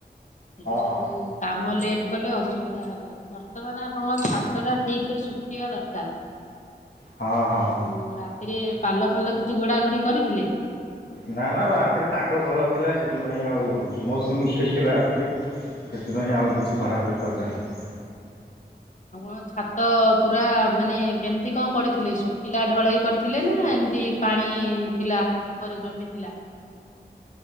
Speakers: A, on the left; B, on the left.
A: <unintelligible>
B: ହଁ
A: କାମ ଲେଟ୍ କଲେ ଅ ଅସୁୁବିଧା ହବ ବର୍ତ୍ତମାନ ଆପଣଙ୍କ ଛାତ ଟା ଠିକ ରେ ଶୁଖିବା ଦରକାର।
B: ହଁ ହଁ ହଁ।
A: ଆଉ ରାତିରେ ପାଲ ଫାଲ କିଛି ଘୋଡ଼ା ଘୋଡି କରିଥିଲେ?
B: ନା ନା ରାତିରେ ପାଗ ଭଲ ଥିଲା ସେଥିପାଇଁ ଆଉ ମୌସୁମୀ ଠିକ୍ ଥିଲା ରାତିରେ। ସେଥିପାଇଁ ଆଉ କିଛି ଭଡ଼ା ଭ଼ଡି କରିନାହିଁ।
A: ଆଉ କ'ଣ ଛାତ ପୁରା ମାନେ କେମିତି କ'ଣ କରିଥିଲେ? ଶୁଖ ଖିଲା ଢଳେଇ କରିଥିଲେ ନା ଏମିତି ପାଣି ଥିଲା ଉପରେ ଜମିଥିଲା।